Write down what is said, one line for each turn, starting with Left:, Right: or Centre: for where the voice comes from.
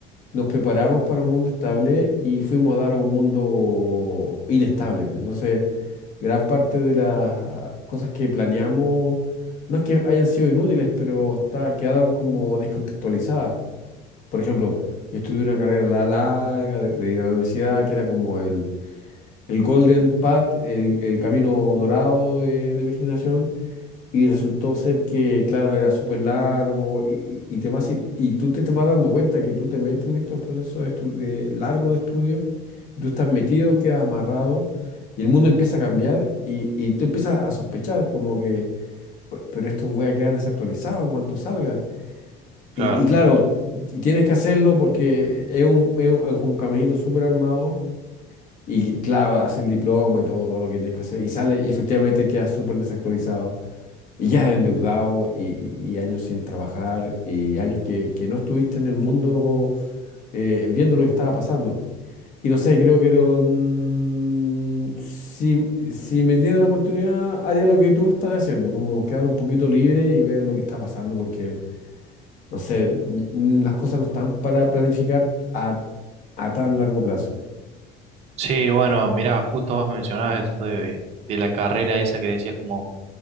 Left: nos preparamos para un mundo estable y fuimos a dar a un mundo inestable. Entonces, Gran parte de las cosas que planeamos no es que hayan sido inútiles, pero está, quedaron como descontextualizadas. Por ejemplo, yo estudié una carrera la- larga de, de ir a la universidad, que era como el, el golden path, el, el camino dorado de, de mi generación, y resultó ser que, claro, era súper largo y, y, y te vas, sin- y tú te, te vas dando cuenta que tú te metes en estos procesos de estu- de largos de estudio, tú estás metido, quedas amarrado y el mundo empieza a cambiar y, y tú empiezas a sospechar como que, "Pe- pero esto voy a quedar desactualizado en cuanto salga.
Right: Claro.
Left: Y, y claro, Claro. y tienes que hacerlo porque es un, es un, es un caminito súper armado y claro, haces el diploma y todo, todo lo que tienes que hacer y sale y efectivamente quedas súper desactualizado. Y ya endeudado y, y- y años sin trabajar y años que, que no estuviste en el mundo eh, viendo lo que estaba pasando. Y no sé, creo que no, mm, si, si me dieran la oportunidad, haría lo que tú estás haciendo, como quedar un poquito libre y ver lo que está pasando, porque, no sé, n- n- las cosas no están para planificar a, a tan largo plazo.
Right: Sí, bueno, mirá, justo vos mencionabas eso de, de- la carrera esa que decías como,